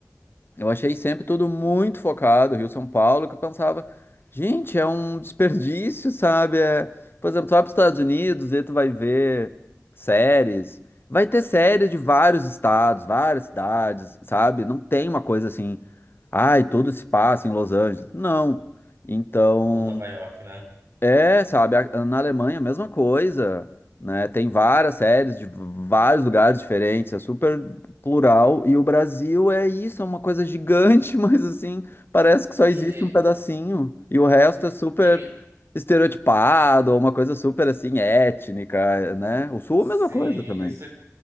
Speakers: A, on the left (about 45°); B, on the right (about 60°).
A: eu achei sempre tudo muito focado, Rio-São Paulo, que eu pensava, gente, é um desperdício, sabe? É, por exemplo, tu vai para os Estados Unidos e tu vai ver séries. Vai ter séries de vários estados, várias cidades, sabe? Não tem uma coisa assim, ai, tudo se passa em Los Angeles. Não. Então,
B: Ou Nova York, né?
A: é, sabe, a- na Alemanha a mesma coisa, né? Tem várias séries de vários lugares diferentes, é super plural, e o Brasil é isso, é uma coisa gigante, <laughs> mas assim, parece que só
B: E,
A: existe um pedacinho, e o resto é super
B: e
A: estereotipado, uma coisa super assim étnica, né? O Sul
B: sim,
A: é a mesma coisa também.
B: isso,